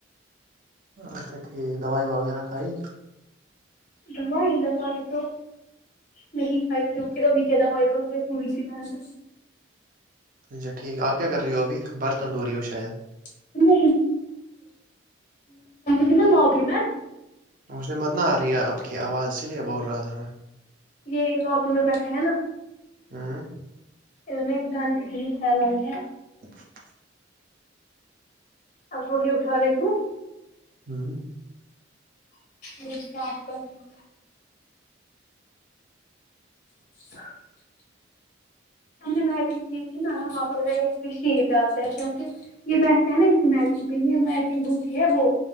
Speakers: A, on the right (about 45°); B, on the left (about 40°).
A: اچھا ٹھیک دوائی وغیرہ کھائی
B: دب آ دب آئی تو نہیں کھائی کیونکہ ابھی کہا وائی کاؤ گے تھوڑی س گ
A: اچھا ٹھیک آ کیا کر رہی ہو ابھی بر تندوری ہو شاید
B: سٹ ب کی نا لابلم ہے
A: مجھ میں مت نہ آ رہی ہے آپ کی آواز اس لیے بول رہا تھا میں
B: یہ لوبی میں بیٹھے ہیں نا
A: ہوں
B: انیں گند اتنی ھیلاگ ہے
A: <inaudible>
B: اب وہی اٹھا رہی ہوں
A: ہوں
B: م کاف کر ہو <unintelligible> ینگ کیھی نا اس شیالد ہے کیونکہ یہ بہستے ہیں نا اسی می میں بوتی ہے وہ